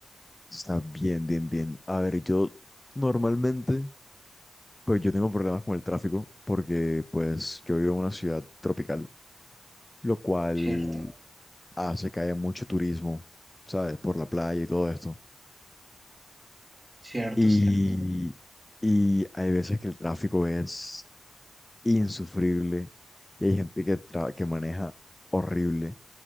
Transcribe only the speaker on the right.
Cierto,
cierto,
cierto.